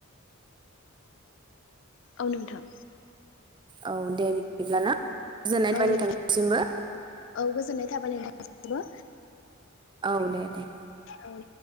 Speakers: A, on the left; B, on the right.
A: औ नोंथां।
B: औ दे बिदिब्लााना गोजोननाय थाबाय
A: औ
B: नोंथांनिसिमबो।
A: नोंथां औ गोजोननाय थाबाय नोंथांसिमबो।
B: औ दे दे।
A: औ।